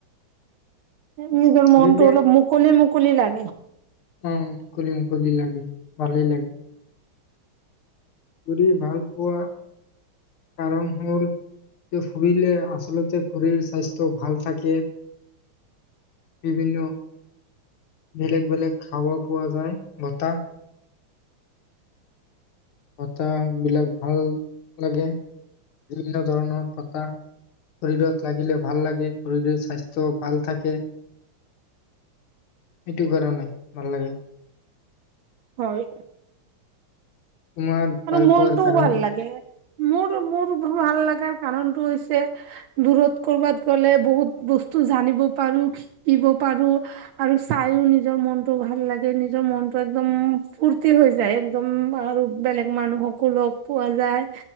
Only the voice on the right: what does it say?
নিজৰ মনটো
অলপ মুকলি মুকলি লাগে।
হয়
আৰু মনটোও
ভাল লাগে মোৰ মোৰ ভাল লগাৰ কাৰণতটো হৈছে দূৰত কৰ'বাত গ'লে বহুত বস্তু জানিব পাৰো শিকিব পাৰো আৰু চাইও নিজৰ মনতটো ভাল লাগে নিজৰ মনতটো একদম ফূৰ্তি হৈ যায় একদম আৰু বেলেগ মানুহকো লগ পোৱা যায়